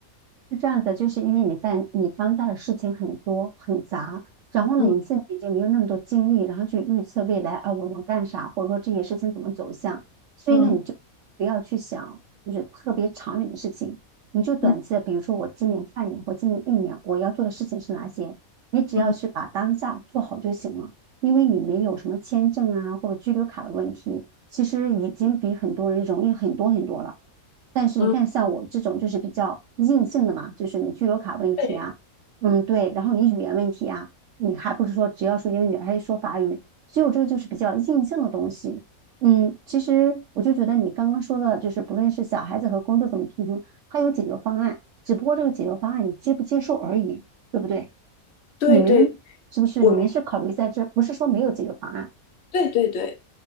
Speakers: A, on the right; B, on the left.
A: 是这样的，就是因为你在你当下的事情很多很杂，然后呢，
B: 嗯
A: 你现在已经没有那么多精力，然后去预测未来啊，我能干啥，或者说这些事情怎么走向，所以呢，
B: 嗯
A: 你就不要去想就是特别长远的事情，你就短期的，
B: 嗯
A: 比如说我今年半年或今年一年我要做的事情是哪些，你只要是把当下做好就行了，
B: 嗯
A: 因为你没有什么签证啊或者居留卡的问题，其实已经比很多人容易很多很多了。但是你看，
B: 嗯，
A: 像我这种就是比较硬性的嘛，就是你居留卡问题啊，
B: 对
A: 嗯，对，然后你语言问题啊，你还不是说只要说英语，还得说法语，所以我这个就是比较硬性的东西。嗯，其实我就觉得你刚刚说的，就是不论是小孩子和工作怎么平衡，它有解决方案，只不过这个解决方案你接不接受而已，对不对？
B: 对对，
A: 你们是不是你们是考虑在这，
B: 我们
A: 不是说没有解决方案，
B: 对对对。